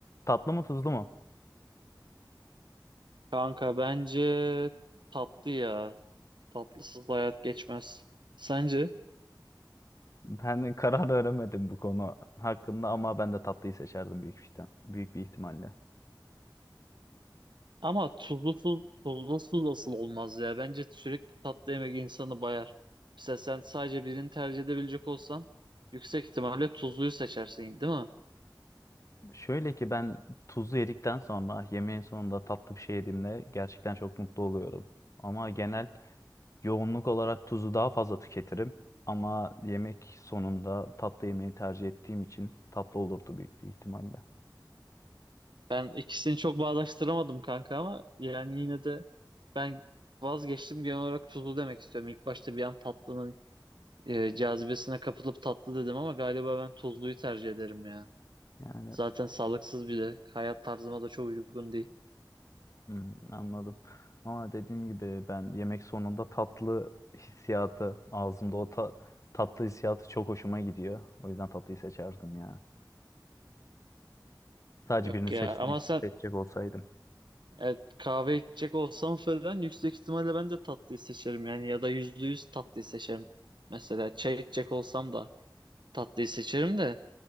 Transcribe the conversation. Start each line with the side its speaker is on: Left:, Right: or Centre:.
Left: Tatlı mı tuzlu mu?
Right: Kanka bence tatlı ya. Tatlısız hayat geçmez. Sence?
Left: Ben <laughs> karar veremedim bu konu hakkında ama ben de tatlıyı seçerdim büyük bir ihtim- büyük bir ihtimalle.
Right: Ama tuzlusuz, tuzlusuz asıl olmaz ya. Bence sürekli tatlı yemek insanı bayar. Mesela sen sadece birini tercih edebilecek olsan yüksek ihtimalle tuzluyu seçersin, değil mi?
Left: Şöyle ki ben tuzlu yedikten sonra yemeğin sonunda tatlı bir şey yediğimde gerçekten çok mutlu oluyorum. Ama genel yoğunluk olarak tuzu daha fazla tüketirim. Ama yemek sonunda tatlı yemeği tercih ettiğim için tatlı olurdu büyük bir ihtimalle.
Right: Ben ikisini çok bağdaştıramadım kanka ama yani yine de ben vazgeçtim genel olarak tuzlu demek istiyorum. İlk başta bir an tatlının e, cazibesine kapılıp tatlı dedim ama galiba ben tuzluyu tercih ederim ya.
Left: Yani
Right: Zaten sağlıksız bile. Hayat tarzıma da çok uygun değil.
Left: Hmm, anladım. Ama dediğim gibi ben yemek sonunda tatlı hissiyatı ağzımda o ta- tatlı hissiyatı çok hoşuma gidiyor. O yüzden tatlıyı seçerdim ya. Sadece
Right: Yok
Left: birini seçmiş
Right: ya ama sen
Left: seçecek olsaydım.
Right: evet, kahve içecek olsam falan yüksek ihtimalle ben de tatlıyı seçerim yani ya da yüzde yüz tatlıyı seçerim. Mesela çay içecek olsam da tatlıyı seçerim de